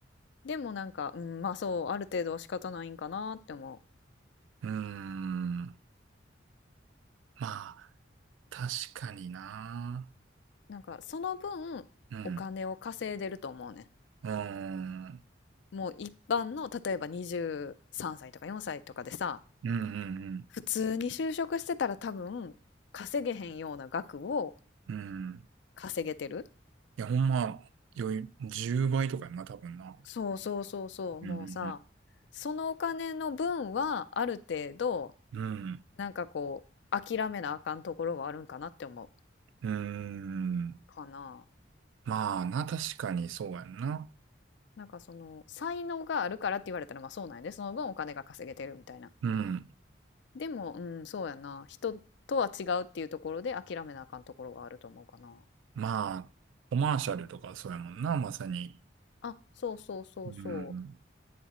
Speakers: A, on the left (about 70°); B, on the right (about 80°).
A: でもなんか、うん、まあそう、ある程度は仕方ないんかなって思
B: うん、うーんまあ、確かにな。
A: う。なんかその分、
B: うん、
A: お金を稼いでると思うねん。
B: うーん、
A: もう一般の例えば23歳とか4歳とかでさ
B: うん、うん、
A: 普通に就職してたら多分稼げへんような額を
B: うん。うん
A: 稼げてる
B: いや、ほんま、余裕、10倍とかやんな、多分な。
A: そうそうそうそうもうさそのお金の分はある程度
B: うんうんうんうん。
A: なんかこう諦めなあかんところはあるんかなって思う
B: うーん。
A: かな
B: まあな、確かにそうやんな。
A: なんかその才能があるからって言われたらまあそうなんやでその分お金が稼げてるみたいな
B: うん。
A: でもうんそうやな人とは違うっていうところで諦めなあかんところがあると思うかな
B: まあ、コマーシャルとかそうやもんな、まさに。
A: あ、そうそうそうそう。
B: うん。